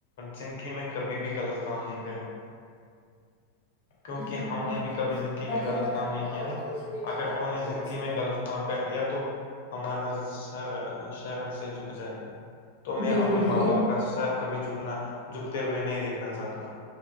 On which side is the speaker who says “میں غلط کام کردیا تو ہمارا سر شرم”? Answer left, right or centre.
Left